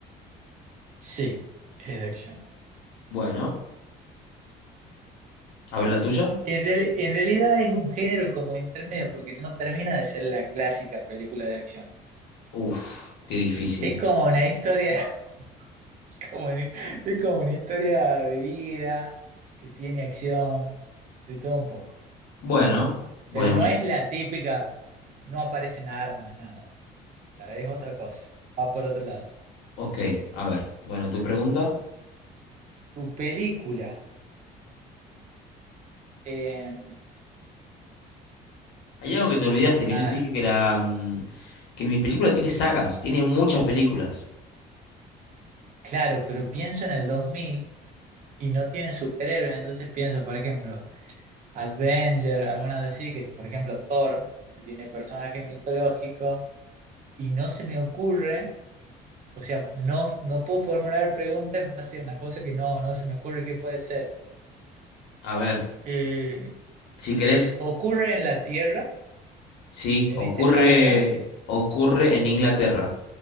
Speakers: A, on the right; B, on the left.
A: sí, es de acción.
B: Bueno, a ver la tuya.
A: En, real- en realidad es un género como intermedio porque no termina de ser la clásica película de acción.
B: Uf, qué difícil.
A: Es como una historia, <laughs> como una- es como una historia de vida que tiene acción, de todo un poco.
B: Bueno, bueno,
A: Pero no
B: un- e,
A: es la típica, no aparecen armas, nada. O sea, es otra cosa, va por otro lado.
B: ok, a ver. Bueno, tu pregunta.
A: Tu película. eh,
B: Hay algo que te olvidaste, que
A: ah,
B: yo te dije que la, mm, que mi película tiene sagas, tiene muchas películas.
A: claro, pero pienso en el 2000 y no tiene superhéroes, entonces pienso, por ejemplo, Avenger, algunas de sí, que por ejemplo Thor, que tiene personaje mitológico, y no se me ocurre, o sea, no, no puedo formular preguntas en base a una cosa que no, no se me ocurre qué puede ser.
B: A ver,
A: Eh,
B: si querés,
A: ocurre en la Tierra,
B: Sí,
A: en
B: ocurre,
A: este planeta,
B: ocurre en Inglaterra,